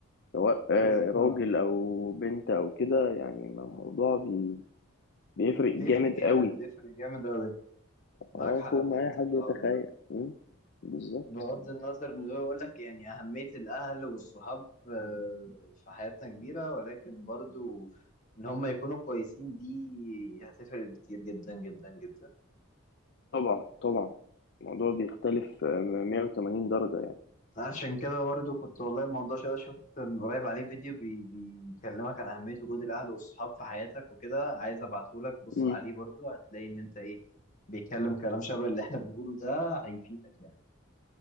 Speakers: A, on the left (about 50°); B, on the left (about 35°).
A: سواء آه،
B: يا اسطى
A: راجل أو بنت أو كده يعني الموضوع بي... بيفرق
B: بيفرق
A: جامد
B: جامد
A: قوي
B: بيفرق جامد قوي معاك
A: اه
B: حق
A: فوق
B: بجد
A: ما أي حد
B: في الحوار
A: يتخيل
B: ده
A: مم، بالظبط
B: بغض النظر ان هو يقول لك يعني اهميه الاهل والصحاب في في حياتنا كبيره ولكن برضو ان هم يكونوا كويسين دي هتفرق كتير جدا جدا جدا
A: طبعا طبعا الموضوع بيختلف آه، 180 درجة يعني
B: عشان كده برضو كنت والله الموضوع شويه شفت من قريب عليه فيديو بي بيكلمك عن اهميه وجود الاهل والصحاب في حياتك وكده عايز ابعته لك بص
A: مم.
B: عليه برضو هتلاقي ان انت ايه بيتكلم كلام شبه اللي احنا بنقوله ده هيفيدك يعني